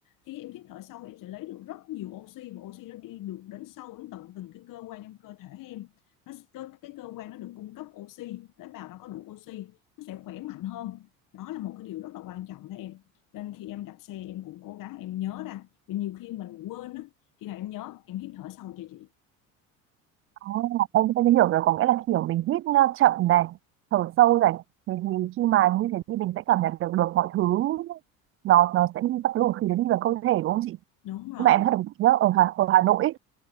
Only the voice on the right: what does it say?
À, em em hiểu rồi có nghĩa là kiểu mình hít uh, chậm này thở sâu này thì, thì khi mà như thế thì mình sẽ cảm nhận được được mọi thứ nó nó sẽ đi các cái luồng khí nó đi vào cơ thể đúng không chị
nhưng mà em thật nhớ ở Hà ở Hà Nội ấy,